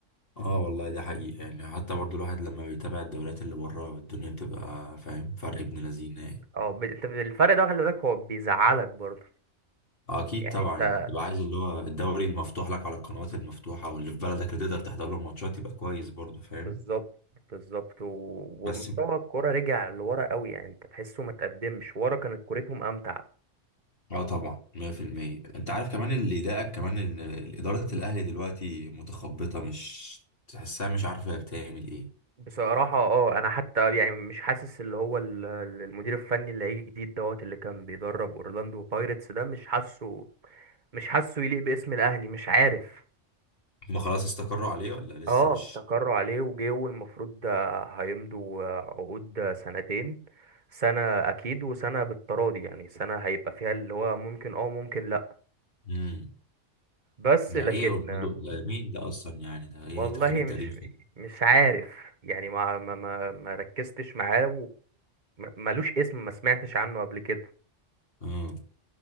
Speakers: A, on the left (about 50°); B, on the right (about 40°).
A: اه والله دي حقيقه يعني حتى برضو الواحد لما بيتابع الدوريات اللي بره الدنيا بتبقى فاهم فرق ابن لذينه يعني
B: اه ب... انت الفرق ده خلي بالك هو بيزعلك برضه
A: آه، اكيد
B: يعني
A: طبعا
B: انت
A: انت بتبقى عايز اللي هو الدوري المفتوح لك على القنوات المفتوحه واللي في بلدك اللي تقدر تحضر له ماتشات يبقى كويس برضو فاهم
B: بالظبط بالظبط و... ومستوى
A: بس
B: الكرة رجع لورا قوي يعني انت تحسه ما تقدمش ورا كانت كورتهم امتع
A: اه طبعا 100% انت عارف كمان اللي ضايقك كمان ان اداره الاهلي دلوقتي متخبطه مش تحسها مش عارفه هي بتعمل ايه
B: بصراحة اه انا حتى يعني مش حاسس اللي هو ال- ال- المدير الفني اللي هيجي جديد دوت اللي كان بيدرب اورلاندو بايرتس ده مش حاسه مش حاسه يليق باسم الاهلي مش عارف
A: هما خلاص استقروا عليه ولا لسه
B: اه
A: مش
B: استقروا عليه وجه والمفروض ده هيمضوا عقود سنتين سنة اكيد وسنة بالتراضي يعني سنة هيبقى فيها اللي هو ممكن اه ممكن لا
A: امم
B: بس
A: ده
B: لكن
A: ايه اورلando ده مين ده اصلا يعني ده ايه
B: والله
A: تخليد
B: مش
A: تاريخي
B: مش عارف يعني ما ما ما ما ركزتش معاه وملوش اسم ما سمعتش عنه قبل كده
A: امم